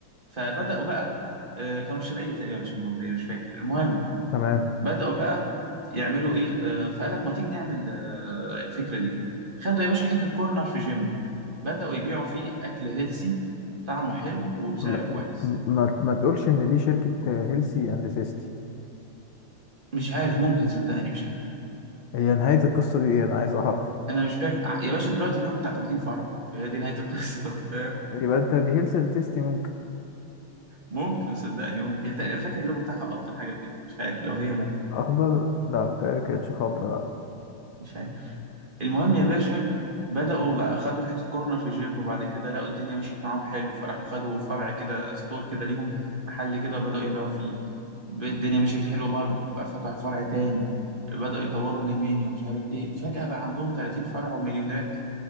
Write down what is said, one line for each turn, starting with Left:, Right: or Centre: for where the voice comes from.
Right: فبدأوا بقى آه، كانوا في الشرقية تقريبا مش من المنوفية مش فاكر المهم
Left: تمام
Right: بدأوا بقى يعملوا إيه آه، فقال لك ما تيجي نعمل آه، الفكرة دي خدوا يا باشا حتة كورنر في جيم بدأوا يبيعوا فيه أكل هيلسي طعمه حلو وبسعر
Left: ما,
Right: كويس
Left: ما, ما تقولش ان دي شركة هيلسي اند تيستي
Right: مش عارف ممكن صدقني مش عارف
Left: هي نهاية القصة دي ايه انا عايز اعرف
Right: أنا مش فاكر ع- يا باشا دلوقتي اليوم بتاع 30 فرع هي دي نهاية القصة <laughs> فاهم
Left: يبقى انت دي هيلسي اند تيستي ممكن
Right: ممكن صدقني ممكن هي تقريبا فاكر اللوجو بتاعها أخضر حاجة كده مش عارف لو هي ممكن
Left: اخضر لا بتهيألي كانتش خضرا لا
Right: مش عارف المهم يا باشا بدأوا بقى خدوا حتة كورنر في الجيم وبعد كده لقوا الدنيا مشيت معاهم حلو فراحوا خدوا فرع كده ستور كده ليهم محل كده وبدأوا يبيعوا فيه ب- الدنيا مشيت حلو برضه بقى فتحوا فرع تاني بدأوا يطوروا من المنيو مش عارف ايه فجأة بقى عندهم 30 فرع ومليونيرات